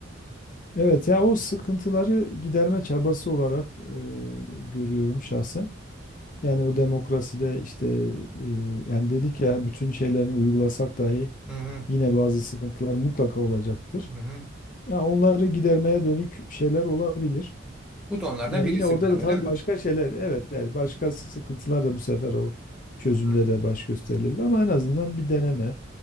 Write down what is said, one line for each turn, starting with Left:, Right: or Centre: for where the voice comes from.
Left: Evet ya o sıkıntıları giderme çabası olarak eee, görüyorum şahsen. Yani o demokraside işte eee, yani dedik ya bütün şeylerini uygulasak dahi
Centre: Hı hı,
Left: yine bazı sıkıntılar mutlaka olacaktır.
Centre: hı hı.
Left: Ya onları gidermeye dönük şeyler olabilir.
Centre: Bu da onlardan
Left: Yani
Centre: birisi
Left: yine orada
Centre: galiba
Left: da tabii
Centre: değil mi?
Left: başka şeyler evet yani başka sıkıntılar da bu sefer o çözümde
Centre: Hı hı.
Left: de baş gösterilebilir ama en azından bir deneme.